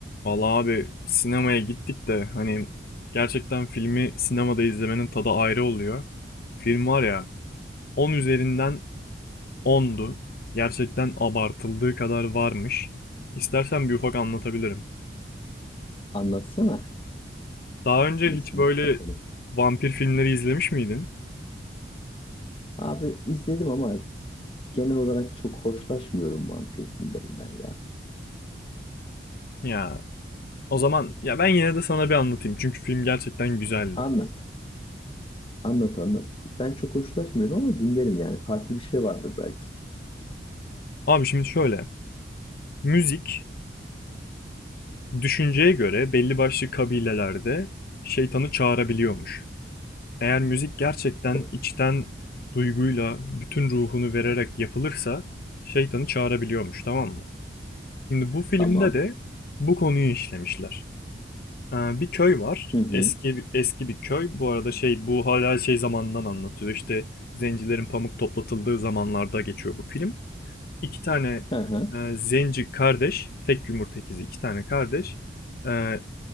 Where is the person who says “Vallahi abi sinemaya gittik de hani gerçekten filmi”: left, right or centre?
Left